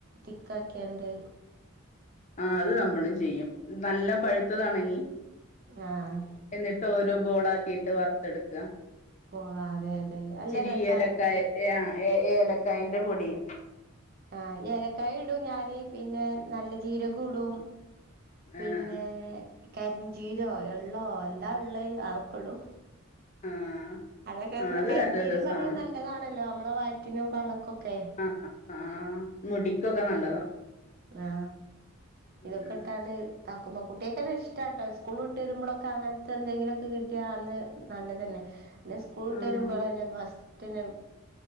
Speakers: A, on the right (about 45°); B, on the left (about 35°).
A: തിക്കക്കിയണ്ട്
B: ആ അത് നമ്മളും ചെയ്യും നല്ല പഴുത്തതാണെങ്കി
A: ആഹ്
B: എന്നിട്ടോരോ ബോളാക്കിയിട്ട് വറുത്തെടുക്കുക
A: ബോളാ അതെ അതെ അതെ നല്ല
B: ഇച്ചിരി
A: രസണ്
B: ഏലക്കായ
A: കുട്ടിയെ
B: ആഹ് ഏ ഏലക്കായിന്റെ പൊടിയും
A: ആഹ് ഏലക്കായ ഇടും ഞാന് പിന്നെ നല്ല ജീരകോ ഇടും പിന്നെ
B: ആഹ്
A: കരിഞ്ചീരകോ എള്ളോ എന്താ ഉള്ളെ അതൊക്കെ ഇടും
B: ആഹ്
A: അതൊക്കെ
B: ആഹ്
A: പറഞ്ഞ
B: അത്
A: കരിഞ്ചീരം
B: നല്ല രസാണ്
A: പറഞ്ഞത് നല്ലതാണല്ലോ നമ്മളെ വയറ്റിനും പള്ളക്കൊക്കെ
B: ആഹ് ആഹ് മുടിക്കൊക്കെ നല്ലതാ
A: ആ
B: ഉം
A: ഇതൊക്കെ ഇട്ടാണ്ട് ടാക്കുമ്പ കുട്ടിയക്കെന്നെ ഇഷ്ടാട്ടോ ഈസ്കൂള് വിട്ട് വരുമ്പോളൊക്കെ അങ്ങനത്തെ എന്തെങ്കിലൊക്കെ കിട്ടിയാന്ന് നല്ലതന്നെ പിന്നെ സ്കൂളിട്ട്
B: ആഹ്
A: വരുമ്പോളെന്നെ ഫസ്റ്റന്